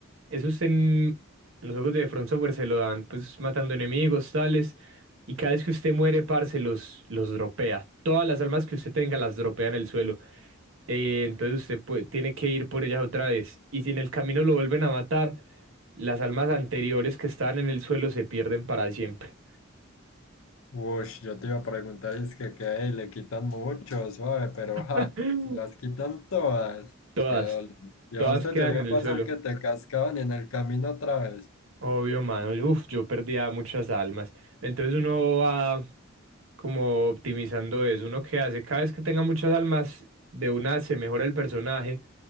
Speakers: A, on the right; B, on the left.
A: Eso usted en los juegos de Front Software se lo dan, pues matando enemigos, tales. Y cada vez que usted muere, parce, los, los dropea. Todas las almas que usted tenga las dropea en el suelo. Eh, entonces usted pue- tiene que ir por ellas otra vez. Y si en el camino lo vuelven a matar, las almas anteriores que estaban en el suelo se pierden para siempre.
B: Uy, yo te iba a preguntar, es que, que ey, le quitan mucho, suave, pero
A: <laughs>
B: ja, se las quitan todas.
A: Todas.
B: Qué dolor. Y
A: Todas
B: a vos te
A: quedan
B: llegó
A: en
B: a
A: el
B: pasar
A: suelo.
B: que te cascaban en el camino otra vez.
A: Obvio, mano. Uf, yo perdía muchas almas. Entonces uno va como optimizando eso. Uno que hace, cada vez que tenga muchas almas, de una se mejora el personaje.